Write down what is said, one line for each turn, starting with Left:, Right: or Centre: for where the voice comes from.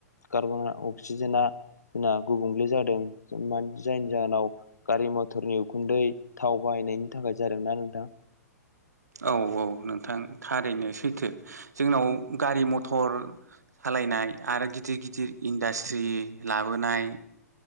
Left: कार्बन अक्सिजेना जोंना गुबुंले जादों जायनि जाहोनाव गारि मथरनि उखुन्दै थाव बाहायनायनि थाखाय जादोंना नोंथां।
Right: औ- औ नोंथां थारैनो सैथो जोंनाव गारि मथर सालायनाय आरो गिदिर गिदिर इन्डास्ट्रि लाबोनाय